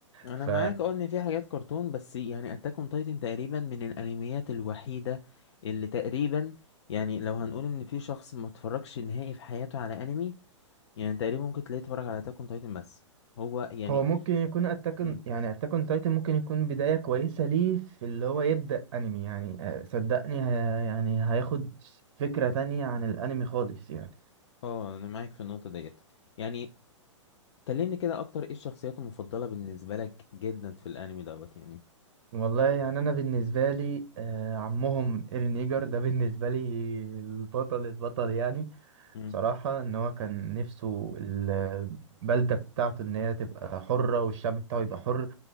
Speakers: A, on the left; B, on the right.
A: انا
B: ف
A: معاك اه ان في حاجات كرتون بس يعني اتاك اون تايتن تقريبا من الانميات الوحيده اللي تقريبا يعني لو هنقول ان في شخص ما اتفرجش نهائي في حياته على انمي يعني تقريبا ممكن تلاقيه اتفرج على اتاك اون تايتن بس هو يعني
B: هو ممكن يكون اتاكن
A: مم.
B: يعني اتاكن تايتن ممكن يكون بداية كويسة ليه في اللي هو يبدأ انمي يعني آه، صدقني هي- يعني هياخد فكرة تانية عن الانمي خالص يعني
A: اه انا معاك في النقطه ديت يعني كلمني كده اكتر ايه الشخصيات المفضله بالنسبه لك جدا في الانمي دوت يعني
B: والله يعني انا بالنسبة لي آه، عمهم ايرين ييجر ده بالنسبة لي البطل البطل يعني
A: مم.
B: بصراحة إن هو كان نفسه البلدة بتاعته إن هي تبقى حرة والشعب بتاعه يبقى حر